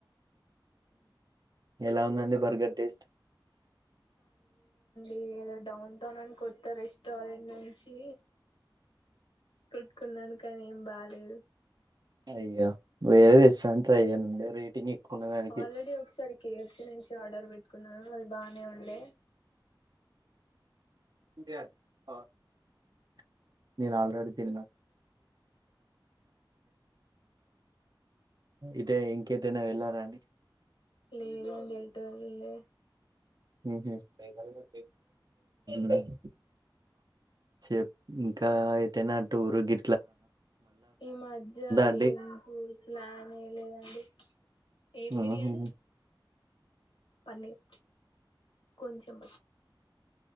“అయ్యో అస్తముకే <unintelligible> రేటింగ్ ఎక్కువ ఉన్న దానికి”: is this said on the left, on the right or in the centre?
Right